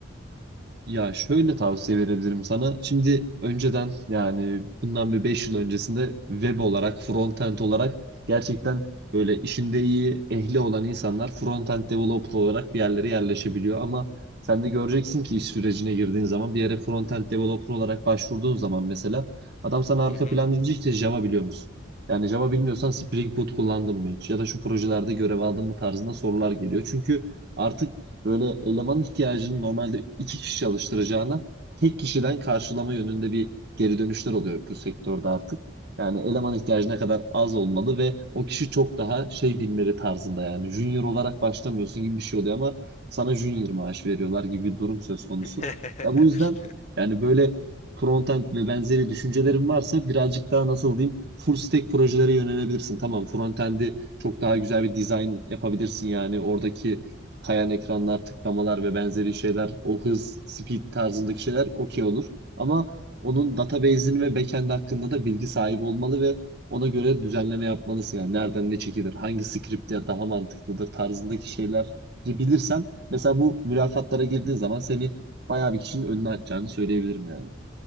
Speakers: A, on the right (about 60°); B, on the left (about 40°).
A: Ya şöyle tavsiye verebilirim sana. Şimdi önceden yani bundan bir 5 yıl öncesinde web olarak, frontend olarak gerçekten böyle işinde iyi, ehli olan insanlar frontend developer olarak bir yerlere yerleşebiliyor. Ama sen de göreceksin ki iş sürecine girdiğin zaman bir yere frontend developer olarak başvurduğun zaman mesela adam sana arka
B: Hı hı.
A: planda diyecek ki Java biliyor musun? Yani Java bilmiyorsan Spring Boot kullandın mı hiç? Ya da şu projelerde görev aldın mı tarzında sorular geliyor. Çünkü artık böyle eleman ihtiyacını normalde iki kişi çalıştıracağına tek kişiden karşılama yönünde bir geri dönüşler oluyor bu sektörde artık. Yani eleman ihtiyacı ne kadar az olmalı ve o kişi çok daha şey bilmeli tarzında yani junior olarak başlamıyorsun gibi bir şey oluyor ama sana junior maaş veriyorlar gibi bir durum söz konusu.
B: <laughs>
A: Ya bu yüzden yani böyle frontend ve benzeri düşüncelerin varsa birazcık daha nasıl diyeyim full stack projelere yönelebilirsin. Tamam frontend'i çok daha güzel bir design yapabilirsin yani oradaki kayan ekranlar, tıklamalar ve benzeri şeyler, o hız, speed tarzındaki şeyler okey olur. Ama onun database'ini ve backend hakkında da bilgi sahibi olmalı ve ona göre düzenleme yapmalısın. Yani nereden ne çekilir, hangi script ya daha mantıklıdır tarzındaki şeyler bilirsen mesela bu mülakatlara girdiğin zaman seni bayağı bir kişinin önüne atacağını söyleyebilirim yani.